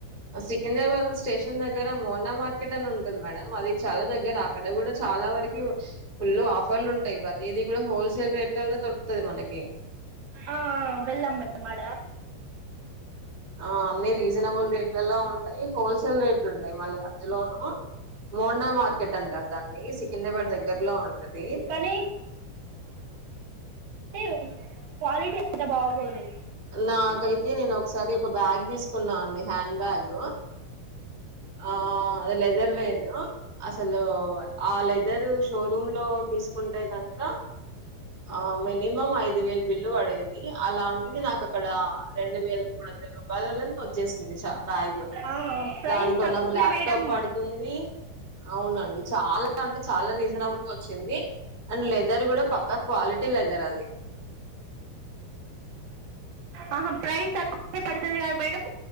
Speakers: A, on the right; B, on the right.
A: సికింద్రాబాద్ స్టేషన్ దగ్గర మోడా మార్కెట్ అని ఉంటుది మేడం అది చాలా దగ్గర అక్కడ కూడా చాలా వరకు ఫుల్ ఆఫర్లు ఉంటాయి ప్రతిదీ కూడా హోల్సేల్ రేట్లలో దొరుకుతది మనకి
B: ఆ వెళ్లమ్మ మడ
A: ఆ అన్ని రీజనబుల్ రేట్లలో ఉంటాయి హోల్సేల్ రేట్ లు ఉంటాయి మళ్ళీ అందులోను మోడా మార్కెట్ అంటారు దాన్ని సికింద్రాబాద్ దగ్గర్లో ఉంటది
B: కానీ అే క్వాలిటీ అంత బాగోదు
A: నాకైతే నేను ఒకసారి ఒక బ్యాగ్ తీసుకున్నాను అండి హ్యాండ్ బ్యాగ్ ఆ అద ఎదారువే అసలు ఆ లేదు ఇద్దరు షోరూమ్ లో తీసుకుంటే కనుక ఆ మినిమం ఐదు వేలు విలువ పడేది అలాంటిది నాకు ఇక్కడ రెండు వేల మూడుందలో వాళ్ళల వచ్చేసింది చ భాయ్ గా
B: ఆ ప్రైస్
A: దాంట్లో
B: తక్కువనే
A: నాకు ల్యాప్టాప్
B: మేడం
A: పడుతుంది అవునండి చాలా అంటే చాలా రీజనబుల్గా వచ్చింది అండ్ లెదర్ కూడా పక్క క్వాలిటీ లెదర్ అది
B: ఆహ ప్రైస్ తక్కువే పడుతది కదా మేడం